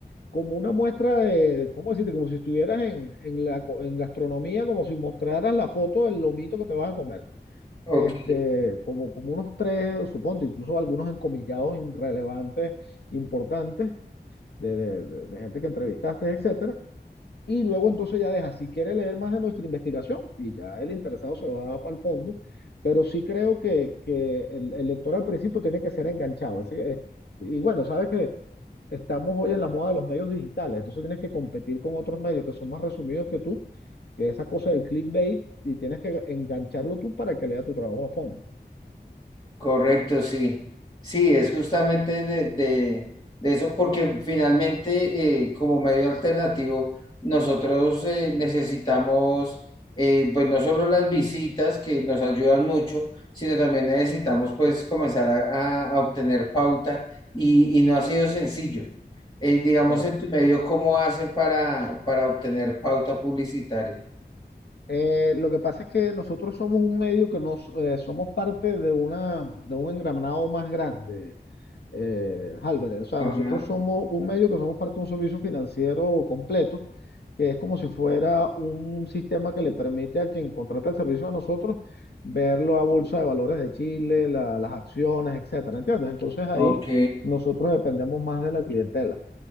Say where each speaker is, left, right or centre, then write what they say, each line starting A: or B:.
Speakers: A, on the left; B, on the left.
A: como una muestra de, ¿cómo decirte? Como si estuvieras en, en la, co- en gastronomía, como si mostraras la foto del lomito que te vas a comer
B: Ok.
A: este, como, como unos tres, supongo, incluso algunos encomillados irrelevantes, importantes, de, de- de- de gente que entrevistaste, etcétera. Y luego entonces ya deja, si quiere leer más de nuestra investigación, y ya el interesado se va para el fondo, pero sí creo que, que el, el lector al principio tiene que ser enganchado. Ese es- y bueno, sabes que estamos hoy en la moda de los medios digitales, entonces tienes que competir con otros medios que son más resumidos que tú, que esa cosa del clickbait, y tienes que engancharlo tú para que lea tu trabajo a fondo.
B: Correcto, sí. Sí, es justamente de, de- de eso porque finalmente eh, como medio alternativo nosotros eh, necesitamos eh, pues no solo las visitas que nos ayudan mucho, sino también necesitamos pues comenzar a, a- a obtener pauta y, y no ha sido sencillo. Eh, digamos
A: Claro.
B: en tu medio, ¿cómo hacen para, para obtener pauta publicitaria?
A: Eh, lo que pasa es que nosotros somos un medio que nos eh, somos parte de una de un engranado más grande, eh, Álvarez. O sea,
B: Ajá.
A: nosotros somos un medio que somos parte de un servicio financiero completo, que es como si fuera un sistema que le permite a quien contrata el servicio a nosotros ver la bolsa de valores de Chile, la- las acciones, etcétera, ¿entiendes? Entonces ahí
B: Ok.
A: nosotros dependemos más de la clientela,